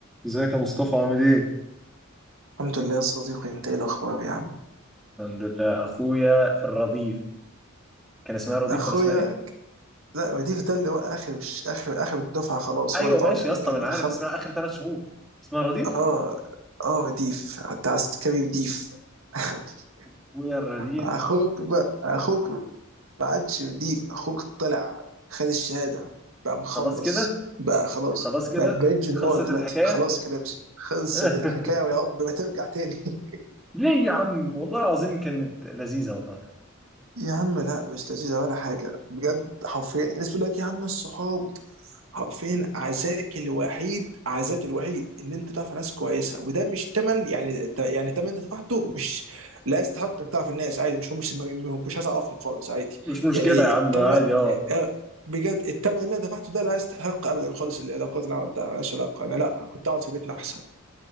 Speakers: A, in the centre; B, on the right.
A: ازيك يا مصطفى عامل ايه؟
B: الحمد لله يا صديقي انت ايه الاخبار يا عم
A: الحمد لله اخويا الرضيف كان اسمها الرضيف
B: اخويا
A: ولا اسمها ايه
B: لا وديف ده اللي هو اخر اخر اخر الدفعه خلاص
A: ايوه
B: هو اللي طالع
A: ماشي يا
B: لكن
A: اسطى ما انا
B: اللي
A: عارف
B: خل
A: اسمها اخر ثلاث شهور اسمها الرضيف
B: اه اه وديف حتى عسكري وديف <laughs>
A: اخويا الرديف
B: اخوك بقى اخوك ما عادش وديف اخوك طلع خد الشهاده بقى مخلص
A: خلاص كده
B: بقى خلاص
A: خلاص كده
B: بقى بقيت جنرال
A: خلصت
B: دلوقتي
A: الحكايه
B: خلاص كده مش خلصت
A: <laughs>
B: الحكايه ويا رب ما ترجع تاني <laughs>
A: ليه يا عم والله العظيم كانت لذيذه والله
B: يا عم لا مش لذيذة ولا حاجة بجد حرفيا الناس بتقول لك يا عم الصحاب حرفيا عزاك الوحيد عزاك الوحيد ان انت تعرف ناس كويسه وده مش تمن يعني يعني تمن انت دفعته مش لا يستحق انك تعرف الناس عادي مش هو مش مش عايز اعرفهم خالص عادي
A: مش مشكله
B: يعني
A: يا عم
B: التمن
A: عادي اه
B: آه، بجد التمن اللي انا دفعته ده لا يستحق ابدا خالص العلاقات اللي عملتها ملهاش علاقه انا لا كنت اقعد في بيتنا احسن